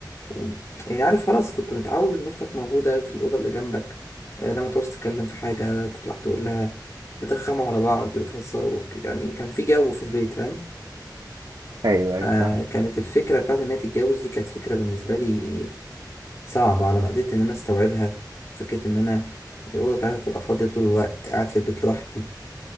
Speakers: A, on the left (about 40°); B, on the right (about 70°).
A: و... يعني عارف خلاص كنت متعود إن أختك موجودة في الأوضة اللي جنبك آه، لما تعوز تتكلم في حاجة تطلع تقول لها بترخموا على بعض بتهزروا يعني كان في جو في البيت فاهم
B: أيوه أيوه
A: آه،
B: فاهمك
A: كانت الفكرة بتاعت إن هي تتجوز دي كانت فكرة بالنسبة لي صعبة على ما قدرت إن أنا أستوعبها فكرة إن أنا الأوضة بتاعتي تبقى فاضية طول الوقت قاعد في البيت لوحدي